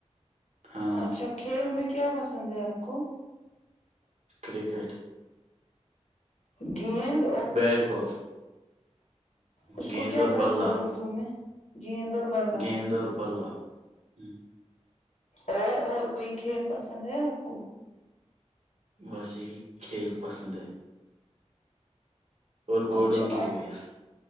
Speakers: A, on the right (about 75°); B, on the left (about 80°).
A: ہاں
B: اچھا کھیل میں کیا پسند ہے آپ کو
A: کرکٹ
B: گد <unintelligible> <inaudible>
A: بیٹ بال
B: اس
A: گیند
B: کو کیا
A: اور
B: بولتے
A: بلہ
B: ہیں اردو میں گیند اور بلا
A: گیند اورور بلہ ہوں،
B: اور اور کوئی کھیل پسند ہے آپ کو
A: بس یہی کھیل پسند ہے اور گوڈوں
B: اچھا
A: کی
B: آپ
A: ریس